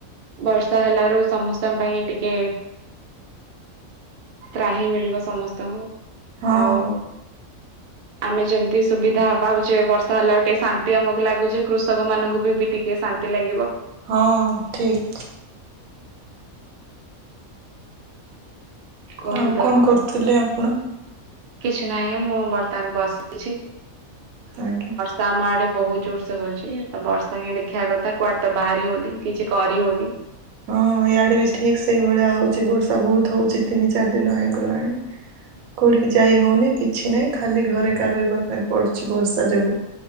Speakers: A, on the right; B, on the right.
A: ବର୍ଷା ହେଲାରୁ ସମସ୍ତଙ୍କ ପାଇଁ ଟିକେ। ତ୍ରାହି‌ ମିଳିବ ସମସ୍ତଙ୍କୁ
B: ହଁ।
A: ଆଉ। ଆମେ ଯେମତି ସୁବିଧା ପାଉଛେ ବର୍ଷା ହେଲାରୁ ଟିକେ ଶାନ୍ତି ଆମକୁ ଲାଗୁଚି କୃଷକ ମାନଙ୍କୁବି ବି ଟିକ ଟିକେ ଶାନ୍ତି ଲାଗିବ।
B: ହଁ ଠିକ।
A: କୁହନ୍ତୁ
B: ଆଉ କଣ
A: ଆପଣ
B: କରୁଥିଲେ ଆପଣ?
A: କିଛି ନାହିଁ ମୁଁ ବର୍ତ୍ତମାନ ବସିଛି।
B: ଆଜ୍ଞା।
A: ତ ଆମ ଆଡେ ବହୁତ ଜୋରସେ ହଉଛି ତ ବର୍ଷା ହିଁ ଦେଖିବା କଥା କୁଆଡେ ତ ବାହାରି ହଉନି କିଛି କରି ହଉନି।
B: ହଁ ଇଆଡେ ବି ଠିକ ସେଇଭଳିଆ ହଉଛି ବର୍ଷା ବହୁତ ହଉଛି ତିନି ଚାରି ଦିନ ହେଇଗଲାଣି।
A: <unintelligible>
B: କୋଉଠିକି ଯାଇ ହଉନି କିଛି ନାହିଁ ଖାଲି ଘରେ ଏକା ରହିବା ପାଇଁ ପଡୁଛି ବର୍ଷା ଯୋଗୁ।